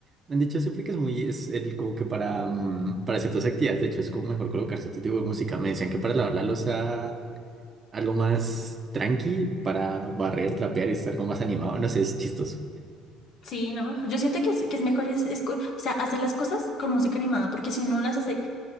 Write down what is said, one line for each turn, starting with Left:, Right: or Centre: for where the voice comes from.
Right: Me han dicho siempre que es muy, es el, como que para, mm, para ciertas actividades, de hecho, es como mejor colocar cierto tipo de música. Me decían que para lavar la losa algo más tranqui, para barrer, trapear y estar algo más animado. No sé, es chistoso.
Left: Sí, no, yo siento que es, que es mejor es, escu- o sea, hacer las cosas con música animada porque si uno las hace,